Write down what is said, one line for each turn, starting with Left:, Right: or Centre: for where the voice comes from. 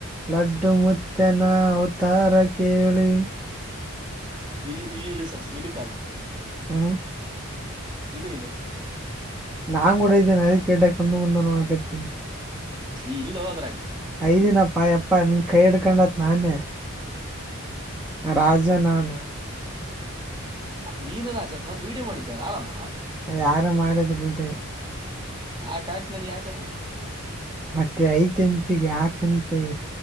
Centre: ಲಡ್ಡು ಮುತ್ತನ ಔತಾರ ಕೇಳಿ
Right: ಇಲ್ ಇಲ್ ಇಡು ಸಾಸು <unintelligible>
Centre: ಹ್ಮ
Right: ಇಡು ಇಡು
Centre: <unintelligible>
Right: ನೀ ಇಲ್ಲೋ ಅದ್ರಗ.
Centre: ಐ ಈದಿನಪ್ಪಾ ಯಪ್ಪ ನಿನ್ ಕೈ ಹಿಡ್ಕೊಂಡತ್ ನಾನೇ. ರಾಜನಾನ
Right: ನೀನೆನ ರಾಜ ಮತ್ ವಿಡಿಯೋ ಮಾಡಿದ್ ಯಾರಾಮ
Centre: ಯಾರು ಮಾಡಿದ್ರು ವಿಡಿಯೋ
Right: ಹಾಕ್ ಹಾಕ್ ಮೇನೆ ಯಾಕದು
Centre: ಮತ್ತೆ ಐತೇನ್ಗೆ ಹಾಕ್ಂತಿ